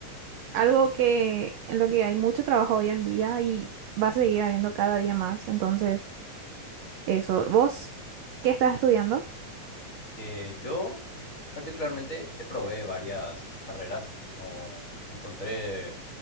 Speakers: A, on the right (about 75°); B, on the left (about 25°).
A: algo que en lo que hay mucho trabajo hoy en día y va a seguir habiendo cada día más. Entonces, eso. ¿Vos qué estás estudiando?
B: Eh, yo particularmente ya probé varias carreras. No, no encontré